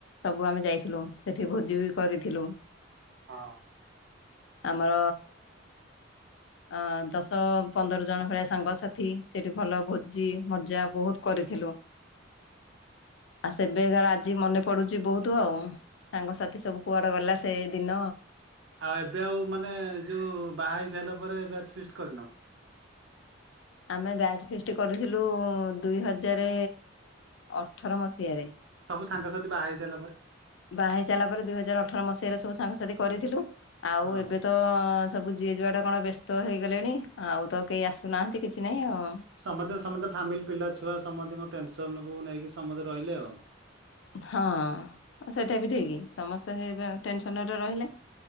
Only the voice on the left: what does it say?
ସବୁ ଆମେ ଯାଇଥିଲୁ ସେଠି ଭୋଜି ବି କରିଥିଲୁ।
ଆମର ଅ ଅ ଦଶ ପନ୍ଦର ଜଣ ଭଳିଆ ସାଙ୍ଗସାଥି ସେଠି ଭଲ ଭୋଜି ମଜା ବହୁତ କରିଥିଲୁ। ଆ ସେବେକାର ଆଜି ମନେ ପଡୁଛି ବହୁତ। ତୁ ଆଉ ସାଙ୍ଗସାଥି ସବୁ କୁଆଡେ ଗଲା ସେ ଦିନ?
ଆମେ ବ୍ୟାଜ୍ ଫିସ୍ଟ୍ କରିଥିଲୁ ଦୁଇ ହଜାର ଅଠର ମସିହା ସେରେ
ବାହା ହେଇ ସାରିଲା ପରେ ଦୁଇ ହଜାର ଅଠର ମସିହାରେ ସବୁ ସାଙ୍ଗସାଥି କରିଥିଲୁ। ଆଉ
ଏବେ ତ ସବୁ ଯିଏ ଯୁଆଡେ କଣ ବ୍ୟସ୍ତ ହେଇଗଲେଣି ଆଉ ତ କେହି ଆସୁନାହାନ୍ତି କିଛି ନାହିଁ ଆଉ
ହଁ ସେଇଟା ବି ଠିକ୍ ସମସ୍ତେ ଏବେ ଟେନସନ୍ ରେ ରହିଲେ।